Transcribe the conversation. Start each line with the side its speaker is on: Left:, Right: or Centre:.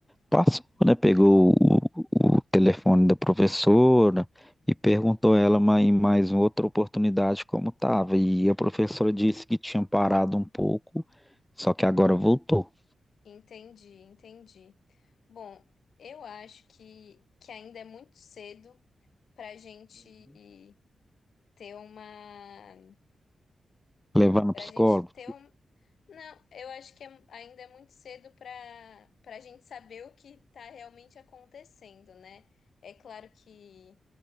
Centre: passou, né? Pegou o, o telefone da professora e perguntou ela ma- em mais uma outra oportunidade como estava. E a professora disse que tinha parado um pouco, só que agora voltou.
Left: Entendi, entendi. Bom, eu acho que, que ainda é muito cedo para a gente. ter uma.
Centre: Levar no
Left: Pra
Centre: psicólogo?
Left: gente ter um. Não, eu acho que é- ainda é muito cedo para para a gente saber o que está realmente acontecendo, né? É claro que,